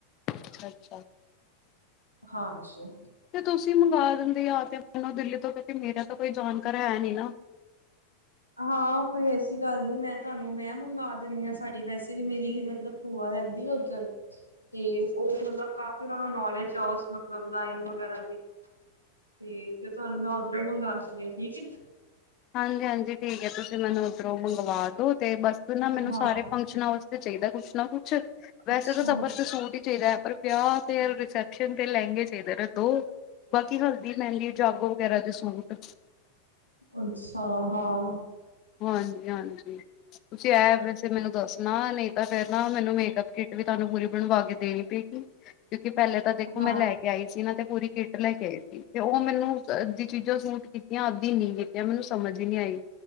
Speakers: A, on the left; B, on the right.
A: ਅੱਛਾ ਅੱਛਾ।
B: ਹਾਂ ਜੀ।
A: ਤੇ ਤੁਸੀਂ ਮੰਗਵਾ ਦਿੰਦੇ ਆ ਤੇ ਮੈਨੂੰ ਦਿੱਲੀ ਤੋਂ ਕਿਉਂਕਿ ਮੇਰਾ ਤਾਂ ਕੋਈ ਜਾਣਕਾਰ ਹੈ ਨੀ ਨਾ।
B: ਹਾਂ ਕੋਈ ਐਸੀ ਗੱਲ ਨਈਂ ਮੈਂ ਤੁਹਾਨੂੰ ਮੈਂ ਮੰਗਵਾ ਦਿੰਣੀ ਆਂ, ਸਾਡੀ ਵੈਸੇ ਵੀ ਮੇਰੀ ਹੀ ਮਤਲਬ ਭੂਆ ਰੈਂਦੀ ਉੱਧਰ ਤੇ ਉਹ ਮਤਲਬ ਕਾਫੀ ਉਹਨਾਂ ਨੂੰ ਨੌਲੇਜ ਆ ਉਸ ਮਤਲਬ ਲਾਈਨ ਵਗੈਰਾ ਦੀ। ਤੇ ਤੇ ਤੁਹਾਨੂੰ ਮੈਂ ਓਧਰੋਂ ਮੰਗਾਂ ਦਿੰਣੀ ਆਂ ਠੀਕ ਏ।
A: ਹਾਂਜੀ ਹਾਂਜੀ ਠੀਕ ਐ, ਤੁਸੀਂ ਮੈਨੂੰ ਉੱਧਰੋਂ ਮੰਗਵਾ ਦੋ ਤੇ ਬਸ ਨਾ ਮੈਨੂੰ
B: ਹਾਂ
A: ਸਾਰੇ ਕੁਛ ਨਾ ਉਸਤੇ ਚਾਈਦਾ ਕੁਛ ਨਾ ਕੁਛ ਵੈਸੇ
B: ਅੱਛਾ
A: ਤਾਂ ਸਭਤੇ ਸੂਟ ਈ ਚਾਈਦਾ ਐ ਪਰ ਵਿਆਹ ਫਿਰ ਰਿਸੈਪਸ਼ਨ ਤੇ ਲੈਹਂਗੇ ਚਾਈਦੇ ਨੇ ਦੋ ਬਾਕੀ ਹਲ ਦੀ, ਮਹਿੰਦੀ, ਜਾਗੋ ਵਗੈਰਾ ਤੇ ਸੂਟ।
B: ਅੱਛਾ ਹਾਂ।
A: ਹਾਂਜੀ ਹਾਂਜੀ। ਤੁਸੀਂ ਆ ਵੈਸੇ ਮੈਨੂੰ ਦੱਸਣਾ ਨਈਂ ਤਾਂ ਫਿਰ ਨਾ ਮੈਨੂੰ ਮੇਕਅਪ ਕਿੱਟ ਵੀ ਤੁਆਨੂੰ ਪੂਰੀ ਬਣਵਾ ਕੇ ਦੇਣੀ ਪਈ। ਕਿਉਂਕਿ ਪਹਿਲੇ ਤਾਂ ਦੇਖੋ
B: ਹਾਂ
A: ਮੈਂ ਲੈ ਕੇ ਆਈ ਸੀ ਨਾ ਤੇ ਪੂਰੀ ਕਿੱਟ ਲੈ ਕੇ ਆਈ ਸੀ ਤੇ ਓ ਮੈਨੂੰ ਅੱਧੀ ਚੀਜ਼ਾਂ ਸੂਟ ਕੀਤੀਆਂ ਅੱਧੀ ਨੀਂ ਕੀਤੀ ਜਾਂ ਮੈਨੂੰ ਸਮਝ ਨ੍ਹੀਂ ਆਈ